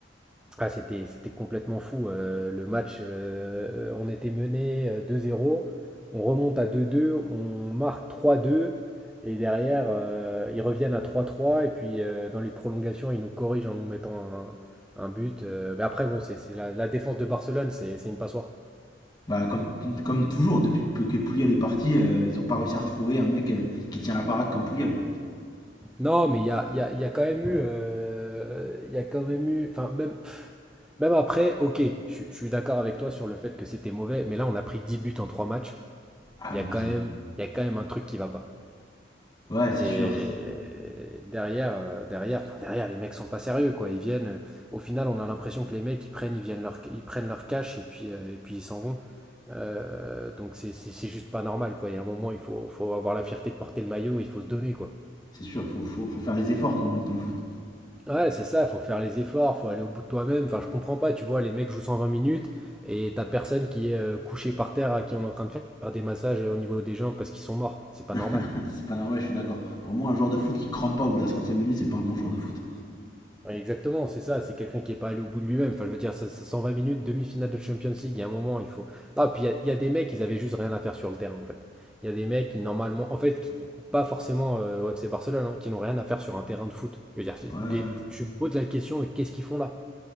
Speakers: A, in the centre; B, on the left (about 25°).
A: Ah, c'était, c'était complètement fou. euh, le match, euh, on était mené euh, 2-0, on remonte à deux deux on marque trois deux et derrière, euh, ils reviennent à trois trois et puis euh, dans les prolongations, ils nous corrigent en nous mettant un, un but. euh, mais après, bon, c'est, c'est la, la défense de Barcelone, c'est, c'est une passoire.
B: Bah comme, comme toujours, depuis que que Puyol est parti, euh, ils ont pas réussi à retrouver un mec euh, qui tient la baraque comme Puyol.
A: Non, mais il y a, il y a- il y a quand même eu... euh, Il y a quand même eu... Enfin, même, même après, ok, je, suis je suis d'accord avec toi sur le fait que c'était mauvais, mais là, on a pris 10 buts en 3 matchs.
B: Abusé.
A: Il y a quand même, il y a quand même un truc qui va pas.
B: Ouais, c'est
A: Et
B: sûr,
A: derrière, euh, derrière, enfin, derrière, les mecs sont pas sérieux, quoi. Ils viennent, euh, au final, on a l'impression que les mecs, ils prennent, ils viennent leur, ils prennent leur cash et puis, euh, et puis ils s'en vont. Euh, donc c'est c'est- c'est juste pas normal, quoi. Il y a un moment, il faut, faut avoir la fierté de porter le maillot, il faut se donner, quoi.
B: c'est sûr, faut, faut, faut faire les efforts comme on dit dans le foot.
A: Ouais, c'est ça, faut faire les efforts, faut aller au bout de toi-même. Enfin, je comprends pas, tu vois, les mecs jouent 120 minutes et t'as personne qui est euh, couché par terre à qui on est en train de faire des massages au niveau des jambes parce qu'ils sont morts. C'est pas normal.
B: <laughs> c'est pas normal, ouais, je suis d'accord. Pour moi, un joueur de foot qui crampe pas au bout de la centième minute, c'est pas un bon joueur de foot.
A: Ouais, exactement, c'est ça, c'est quelqu'un qui n'est pas allé au bout de lui-même. Enfin, je veux dire, ça, ça- 120 minutes, demi-finale de Champions League, il y a un moment, il faut. Ah, puis il y a, il y a des mecs, ils avaient juste rien à faire sur le terrain, en fait. Il y a des mecs qui, normalement, en fait, qui, pas forcément euh, au FC Barcelone, hein, qui n'ont rien à faire sur un terrain de foot. Je veux dire, c'est
B: Ouais, ouais.
A: des-
B: ouais.
A: je me pose la question de qu'est-ce qu'ils font là?